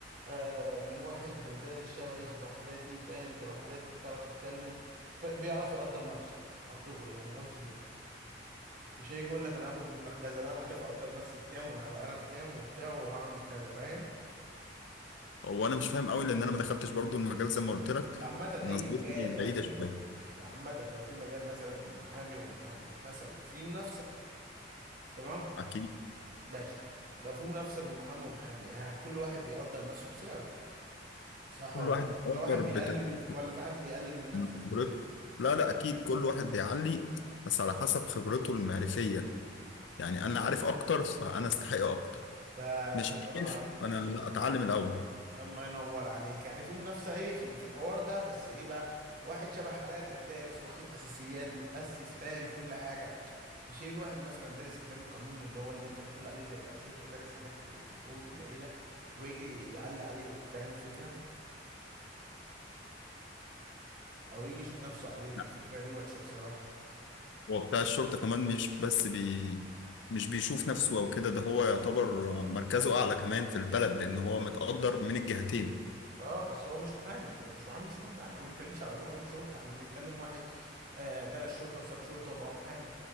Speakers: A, on the right; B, on the left.
A: آه، من واحد دارس شبهي شبه حالاتي فاهم شبه حالاتي بتعرف يتكلم ف- بيعرف يقدر نفسه على الدغري يعني قصدي كده مش هيجي يقول لك انا هاخد مبلغ كذا لا انا عارف اقدر نفسي بكام وانا هبقى انا في كام وبتاع وهعمل كذا فاهم
B: هو انا مش فاهم قوي لان انا ما دخلتش برضو المجال زي ما قلت لك
A: عامة
B: نظرتي
A: اي مجال لو
B: بعيده
A: في
B: شويه
A: عامة لو في مجال مثلا بين محامي ومحامي مثلا في منافسة تمام
B: اكيد
A: ماشي لو في منافسة بين محامي ومحامي ها، كل واحد بيقدر نفسه بسعره صح
B: كل
A: ولا
B: واحد
A: غلط؟
B: بيفكر
A: ولا واحد
B: بتفكيره
A: بيقلل من ولا في حد بيقلل من نفسه
B: من خبرته لا لا اكيد كل واحد بيعلي بس على حسب خبرته المعرفيه يعني انا عارف اكتر فانا استحق اكتر
A: بس
B: مش
A: الله ينور
B: عارف
A: عليك
B: فانا لا اتعلم الاول
A: الله ينور عليك يعني في منافسة ايه في في الحوار ده بس ايه بقى واحد شبه حالاتك دارس واخد اساسيات متأسس فاهم كل حاجة مش هيجي واحد مثلا دارس كتاب القانون اللي هو اللي انت بتقول عليه زي بتاع الشرطة دارس حاجات في, في الحقوق القليلة ويجي يعلي عليك فاهم الفكرة او يجي يشوف نفسه عليك
B: لا
A: الفكرة دي وحشة بصراحة
B: هو بتاع الشرطه كمان مش بس بي مش بيشوف نفسه او كده ده هو يعتبر مركزه اعلى كمان في البلد لان هو متقدر من الجهتين
A: اه بس هو مش محامي هو مش محامي سيبك بقى احنا ما بنتكلمش على ضابط شرطة احنا بنتكلم واحد آه، درس شرطة وساب شرطة وبقى محامي